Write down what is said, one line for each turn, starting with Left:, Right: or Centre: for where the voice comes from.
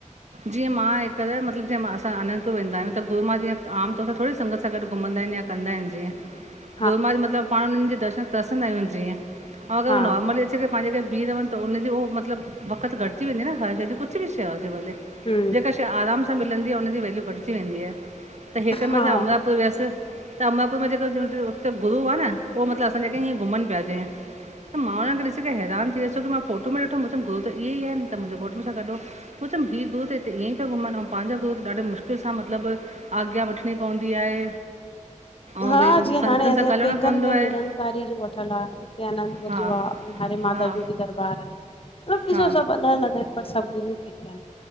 Right: जीअं मां हिक मतिलबु जीअं मासां आनंदपुर वेंदा आहियूं, त गुरुू मां जीअं आमतौर सां थोड़ी संगत सां गॾु घुमंदाइन या कंदा आहिनि जीअं।
Left: । <inaudible>
Right: गुरू मां मतिलबु पाण हुन्हनि जे दर्शनु तरिसंदा आहियूं जीअं ऐं अगरि
Left: हा
Right: उ नॉर्मली जे पंहिंजे करे बीह रहनि त उन जो उहो मतिलब बक़्त घटिजी वेंदी न हर शइ जी कुछ बि शेवा हुजे भले।
Left: हम्म
Right: जेका शइ आराम सां मिलंदी आहे हुनजी वैल्यू घटिजी वेंदी आहे त हिकर
Left: हा
Right: मां छा अमरापुर वियसि। त अमरापुर में जेके हुते गुरु आहे न उहो मतिलबु असां जेके हीअं घुमनि पिया जीअं। त मां हुननि ॾीस करे हैरान थी वियस छो मां फोटो में ॾिठो चयोमि गुरु त ईअई एनत मुंजो घोट मूं सां गॾु हो। मूं चओ ही गुरु त हिते ईअं ई पिया घुमनि अऊं पांजा गुरु त ॾाढो मुश्किल सां मतलबु आज्ञा वठणी पवंदी आहे। ऐं
Left: हा
Right: भई
Left: जीअं हाणे
Right: संतनि
Left: असांजे
Right: सां ॻाल्हाइणो
Left: पेकनि
Right: पवंदो
Left: में निरंकारी
Right: आहे
Left: जो वठलु आहे। हिते आनंदपुर
Right: हा
Left: जो आ हरे माता
Right: हा
Left: जो बि दरबार आहे मबिसो
Right: हा
Left: सभु अलॻि अलॻि आहिनि। पर सभु गुरु हिक ऐन